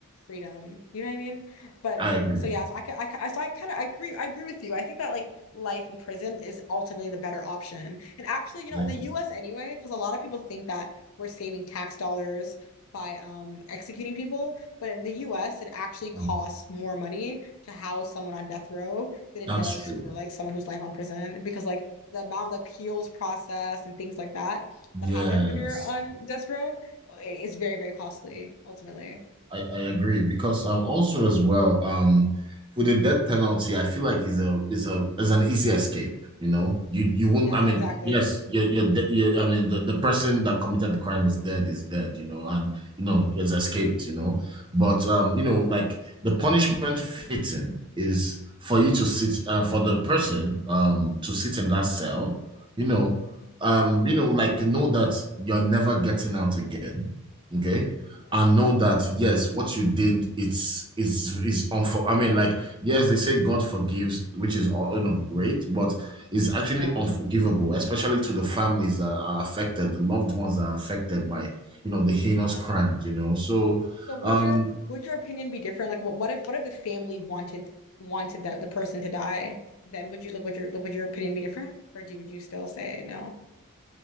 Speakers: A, on the left (about 65°); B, on the right (about 20°).
A: freedom. You know what I mean? But
B: I agree.
A: so yeah, so I ca- I ca- so I kind of I agree I agree with you. I think that like life in prison is ultimately the better option. And actually, you
B: Yeah.
A: know, in the US anyway, because a lot of people think that we're saving tax dollars by um executing people, but in the US it actually costs
B: Mm.
A: more money to house someone on death row than it
B: That's
A: does
B: true.
A: for like someone who's life on prison because like the amount of appeals process and things like that
B: Yes.
A: that happen when you're on death row is very very costly ultimately.
B: I, I agree because uh, also as well um with the death penalty I feel like is a is a is an easy escape you know you you won't
A: Yeah,
B: I mean
A: exactly.
B: yes you're you're, de- you're I mean the, the person that committed the crime is dead is dead you know and you know he has escaped you know but um you know like the punishment fitting is for you to sit uh, for the person um to sit in that cell you know um you know like know that you're never getting out again okay
A: Yeah.
B: and know that yes, what you did it's its its unfor. I mean, like yes, they say God forgives, which is all you know great, but it's actually
A: Yeah.
B: unforgivable, especially to the families that are affected, the loved ones that are affected by you know the heinous
A: Yeah.
B: crimes. You know, so
A: So would
B: um,
A: your would your opinion be different? Like what what if what if the family wanted wanted that the person to die? Then would you like would your like, would your opinion be different? Or do would you still say no?